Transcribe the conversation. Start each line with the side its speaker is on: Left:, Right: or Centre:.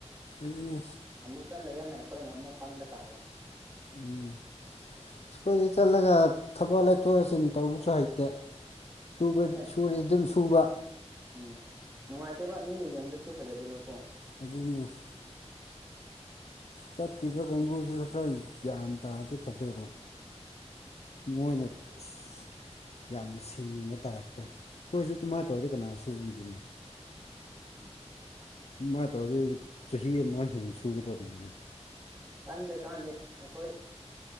Left: ꯑꯗꯨꯅ
Right: ꯑꯃꯨꯛ ꯆꯠꯂꯒꯅ ꯑꯈꯣꯏꯅ ꯑꯃꯨꯛ ꯄꯪꯕ ꯇꯥꯕ
Left: ꯎꯝ ꯑꯩꯈꯣꯏꯗꯤ ꯆꯠꯂꯒ ꯊꯕꯛ ꯂꯩꯊꯣꯛ ꯂꯩꯁꯤꯟ ꯇꯧꯕꯁꯨ ꯍꯩꯇꯦ ꯁꯨꯕ
Right: ꯍꯣꯏꯅꯦ
Left: ꯁꯨꯔꯥꯗꯤ ꯑꯗꯨꯝ ꯁꯨꯕ
Right: ꯎꯝ ꯅꯨꯡꯉꯥꯏꯇꯦꯕ ꯃꯤꯅ ꯌꯦꯡꯕꯗꯁꯨ ꯐꯖꯗꯦꯕꯀꯣ
Left: ꯑꯗꯨꯅꯦ ꯍꯥꯢꯁꯤ ꯆꯠꯇꯤꯕ ꯀꯥꯡꯕꯨꯁꯤꯗ ꯈ꯭ꯔ ꯒ꯭ꯌꯥꯟ ꯇꯥꯔꯗꯤ ꯐꯗꯣꯏꯕ ꯃꯣꯏꯅ ꯑꯁ ꯌꯥꯝꯅ ꯁꯤꯡꯕ ꯇꯥꯏꯞꯇ ꯈꯣꯏꯁꯨ ꯑꯗꯨꯨꯃꯥꯏꯅ ꯇꯧꯔꯗꯤ ꯀꯅꯥ ꯁꯨꯕꯤꯒꯅꯤ
Right: ꯎꯝ
Left: ꯑꯗꯨꯃꯥꯏꯅ ꯇꯧꯔꯗꯤ ꯆꯍꯤ ꯑꯃ ꯍꯦꯟꯅ ꯁꯨꯒꯗꯕꯅꯤꯅ
Right: ꯀꯥꯟꯗꯦ ꯀꯥꯟꯗꯦ ꯑꯩꯈꯣꯏ